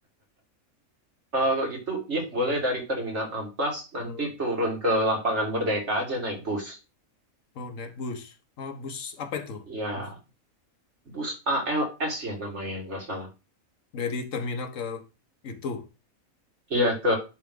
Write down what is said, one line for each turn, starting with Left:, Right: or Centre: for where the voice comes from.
Right: eh, kalau gitu, ya boleh
Left: Hmm.
Right: dari Terminal Amplas nanti
Left: Hmm.
Right: turun ke lapangan Merdeka aja naik bus.
Left: Oh naik bus, oh bus apa itu?
Right: Ya,
Left: Bus.
Right: bus ALS ya namanya nggak salah.
Left: Dari terminal ke itu.
Right: Iya ke